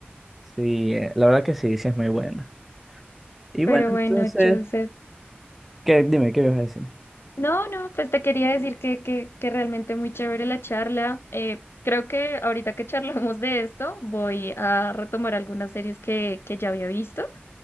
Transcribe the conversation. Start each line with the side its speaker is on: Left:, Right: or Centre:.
Centre: sí, eh, la verdad que sí, sí es muy buena. Y bueno,
Left: Pero
Centre: entonces,
Left: bueno, Joseph.
Centre: ¿qué, dime, ¿qué ibas a decir?
Left: No, no, pues te quería decir que, que, que realmente muy chévere la charla. Eh, creo que ahorita que charlamos de esto, voy a retomar algunas series que, que ya había visto